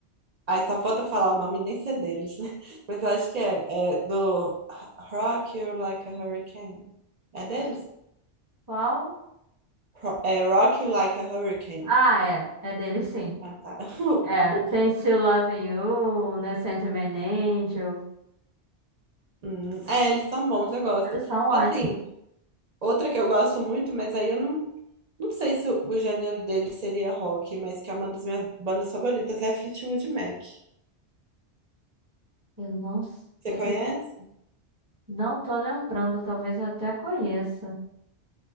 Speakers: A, on the right (about 50°); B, on the right (about 20°).
A: Ai, só falta falar o nome e nem ser deles, né? <laughs> Mas eu acho que é, é do Rock You Like a Hurricane. É deles?
B: Qual?
A: Ro- É Rock You Like a Hurricane.
B: Ah, é. É dele sim.
A: Ah, tá. <laughs>
B: É.
A: Ufa.
B: Tem Still Loving You, né? Sandman Angel.
A: Hum, é, eles são bons, eu gosto.
B: Eles são ótimos.
A: Assim, Outra que eu gosto muito, mas aí eu não, não sei se o, o gênero dele seria rock, mas que é uma das minhas bandas favoritas, é Fleetwood Mac.
B: Eu não sei.
A: Você conhece?
B: Não tô lembrando, talvez eu até conheça.